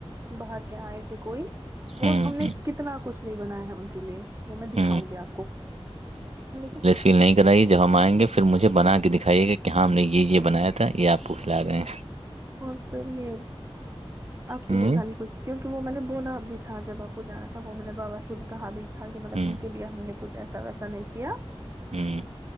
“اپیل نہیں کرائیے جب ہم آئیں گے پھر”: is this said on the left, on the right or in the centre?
Right